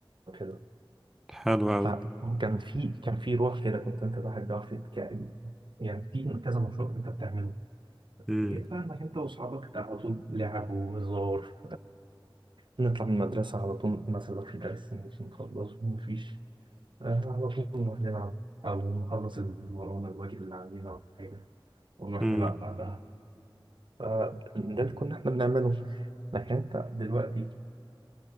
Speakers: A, on the right; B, in the centre.
A: وكده
B: حلو قوي
A: فكان في كان في روح كده كنت أنت الواحد بيعرف يتكائن يعني في كذا نشاط أنت بتعمله
B: امم
A: إيه فاهمك أنت وأصحابك على طول لعب وهزار نطلع من المدرسة على طول مثلا لو في درس مش نخلصه مفيش آه، على طول نروح نلعب أو نخلص اللي ورانا الواجب اللي علينا أو حاجة ونروح
B: امم
A: نلعب بعدها فده اللي كنا إحنا بنعمله لكن أنت دلوقتي